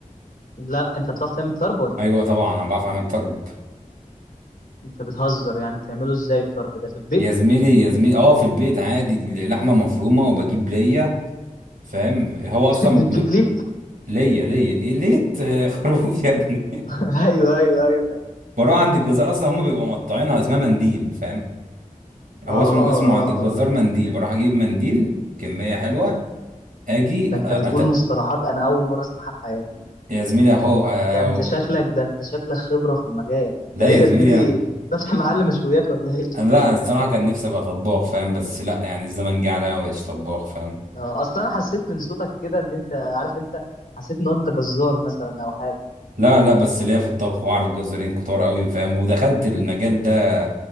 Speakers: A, on the left (about 80°); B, on the right (about 85°).
A: لا انت بتعرف تعمل طرب ولا
B: ايوه
A: إيه؟
B: طبعا انا بعرف اعمل طرب
A: انت بتهزر يعني بتعمله ازاي الطرب ده في البيت
B: يا زميلي يا زميلي اه في البيت عادي لحمه مفرومه وبجيب ليا فاهم هو
A: <laughs>
B: اصلا
A: بتجيب ليك
B: ليا ليا إيه ليه ت- <laughs> خروف يا ابني
A: <laughs> ايوه ايوه ايوه
B: بروح عند الجزار اصلا هم بيبقوا مقطعينها اسمها منديل فاهم هو
A: اه اه
B: اسمه اسمه عند الجزار
A: اه
B: منديل بروح اجيب منديل كميه حلوه اجي
A: ده
B: أ-
A: انت
B: أت...
A: بتقول مصطلحات انا اول مره اسمعها في حياتي
B: يا زميلي اهو أو...
A: ده انت شكلك ده انت شكلك خبرة في المجال انت
B: لا
A: ايه
B: يا
A: يا
B: زميلي
A: زميلي فاتح محل مشويات ولا ايه
B: انا لا الصراحه كان نفسي ابقى طباخ فاهم بس لا يعني الزمن جه عليا ما بقتش طباخ فاهم
A: اه اصلا انا حسيت من صوتك كده ان انت عارف انت حسيت ان انت جزار مثلا او حاجة
B: لا لا بس ليا في الطبخ واعرف جزارين كتار قوي فاهم ودخلت المجال ده